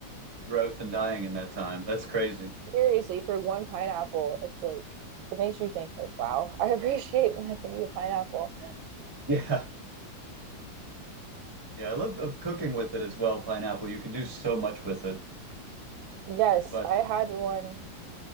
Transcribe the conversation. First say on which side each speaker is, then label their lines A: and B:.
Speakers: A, on the right; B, on the right.
A: growth and dying in that time. That's crazy. <laughs>
B: seriously for one pineapple it's like it makes you think like wow <laughs> i appreciate when i can eat a pineapple
A: Yeah. Yeah, I love of cooking with it as well, pineapple. You can do so much with it.
B: yes
A: But
B: i had one